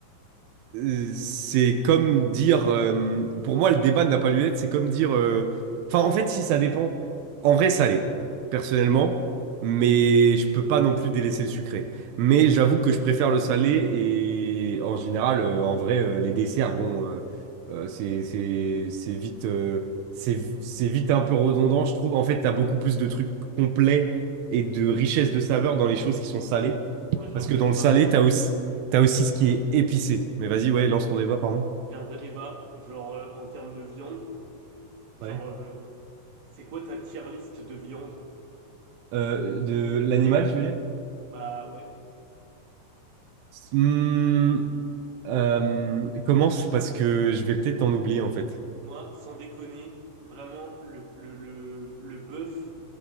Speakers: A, on the right (about 80°); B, on the right (about 40°).
A: Euh, c'est comme dire, euh, pour moi, le débat n'a pas lieu d'être. C'est comme dire, euh, enfin, en fait, si ça dépend. En vrai, salé, personnellement, mais je peux pas non plus délaisser le sucré. Mais j'avoue que je préfère le salé et en général, euh, en vrai, euh, les desserts, bon, euh, euh, c'est c'est c'est vite euh, c'est c'est vite un peu redondant, je trouve. En fait, t'as beaucoup plus de trucs complets et de richesse de saveurs dans les choses qui sont salées,
B: Moi, j'ai
A: parce
B: un vrai
A: que dans
B: débat
A: le salé,
B: là.
A: t'as aussi T'as aussi ce qui est épicé. Mais vas-y, ouais, lance ton débat, pardon.
B: J'ai un vrai débat, genre euh, en termes de viande. Genre,
A: Ouais.
B: euh, c'est quoi ta tier list de viande?
A: Euh, de l'animal, tu veux dire?
B: Bah ouais.
A: Hmm, euh, commence parce que je vais peut-être en oublier en fait.
B: Moi, sans déconner, vraiment, le, le, le, le bœuf,